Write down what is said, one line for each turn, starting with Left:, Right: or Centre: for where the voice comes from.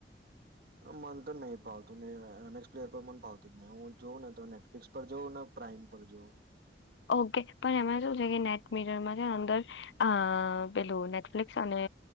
Right: મન તો નહી ફાવતું ને એમએક્સ પ્લેયર પર મન ફાવતી જ નહી હું જોઉં ને તો નેટફ્લિક્સ પર જોઉં ને પ્રાઈમ પર જોઉં.
Left: ઓકે પણ એમાં શું છે કે નેટ મીટરમાં છે અંદર અ પેલું નેટફ્લિક્સ અને